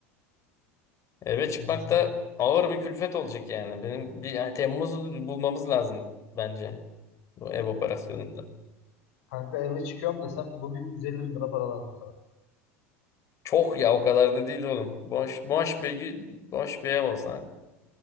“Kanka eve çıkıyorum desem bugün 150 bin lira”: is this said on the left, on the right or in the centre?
Left